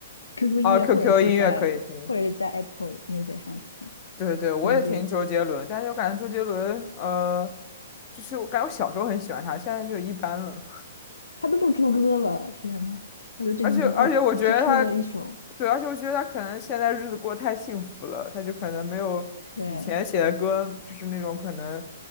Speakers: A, on the left (about 70°); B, on the left (about 30°).
A: QQ
B: <laughs>，啊，QQ
A: 音乐或者是在或者是在
B: 音乐可以听，
A: Apple Music 上听，
B: 对对，我也听周杰伦，
A: 所以就
B: 但是我感觉周杰伦呃，就是我感觉我小时候很喜欢他，现在就一般了。
A: 他都不出歌了，天呐，他都这几年不出就出了一首，
B: 而且而且我觉得他，对，而且我觉得他可能现在日子过得太幸福了，他就可能没有以前写的歌，
A: 对
B: 就是那种可能，